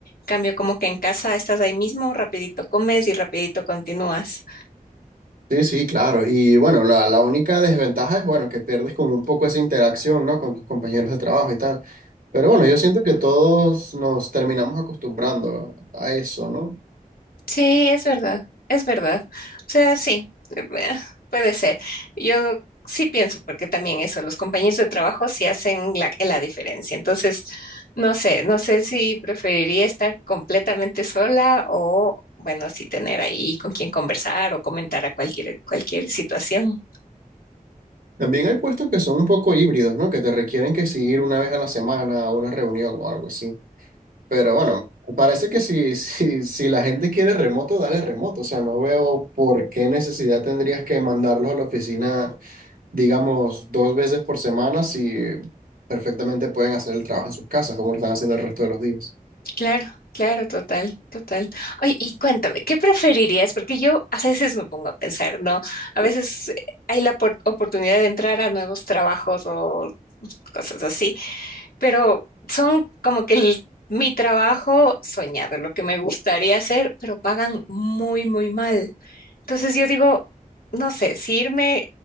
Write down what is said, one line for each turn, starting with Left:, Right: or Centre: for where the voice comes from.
Left: cambio, como que en casa estás ahí mismo, rapidito comes y rapidito continúas.
Right: Sí, sí, claro. Y bueno, la, la única desventaja es, bueno, que pierdes como un poco esa interacción, ¿no? Con tus compañeros de trabajo y tal. Pero bueno, yo siento que todos nos terminamos acostumbrando a a eso, ¿no?
Left: Sí, es verdad, es verdad. O sea, sí, eh, eh, puede ser. Yo sí pienso, porque también eso, los compañeros de trabajo sí hacen la, la diferencia. Entonces, no sé, no sé si preferiría estar completamente sola o, bueno, sí tener ahí con quien conversar o comentar a cualquier, cualquier situación.
Right: También hay puestos que son un poco híbridos, ¿no? Que te requieren que sí ir una vez a la semana a una reunión o algo así. Pero bueno, me parece que si, <laughs> si, si la gente quiere remoto, dale remoto. O sea, no veo por qué necesidad tendrías que mandarlos a la oficina, digamos, dos veces por semana si perfectamente pueden hacer el trabajo en sus casas, como lo están haciendo el resto de los días.
Left: Claro, claro, total, total. Oye, y cuéntame, ¿qué preferirías? Porque yo a veces me pongo a pensar, ¿no? A veces eh, hay la opor- oportunidad de entrar a nuevos trabajos o cosas así, pero son como que el- mi trabajo soñado, lo que me gustaría hacer, pero pagan muy, muy mal. Entonces yo digo, no sé, si irme